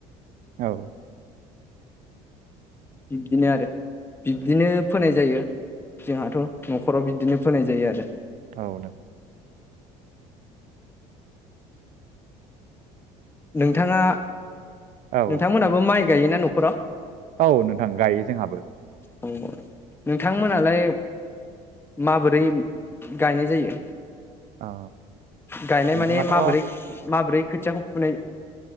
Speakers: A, on the right; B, on the left.
A: औ।
B: बिदिनो आरो बिब्दिनो फोनाय जायो। जोंहाथ' न'खराव बिदिनो फोनाय जायो आरो
A: औ नों
B: नोंथाङा
A: औ औ
B: नोंथांमोनहाबो माइ गायोना न'खराव?
A: औ नोंथां गायो जोंहाबो।
B: औ नोंथांमोनालाय माबोरै गायनाय जायो?
A: औ
B: गायनाय
A: नोंथाङाथ'
B: माने माबोरै
A: औ
B: माबोरै खोथियाखौ फुनाय